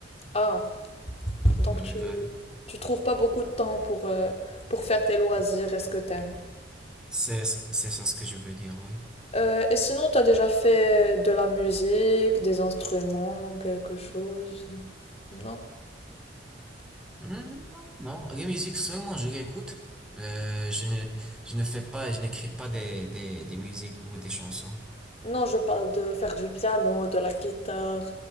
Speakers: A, on the left; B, in the centre.
A: Ah, donc
B: Oui,
A: tu,
B: vraiment.
A: tu trouves pas beaucoup de temps pour, euh, pour faire tes loisirs et ce que t'aimes.
B: C'est, c'est ça ce que je veux dire, oui.
A: Euh, et sinon, t'as déjà fait de la musique, des instruments, quelque chose? Non.
B: Hmm, Non, non, les musiques seulement je réécoute. Euh, je ne, je ne fais pas, je n'écris pas des, des, des musiques ou des chansons.
A: Non, je parle de faire du piano, de la guitare.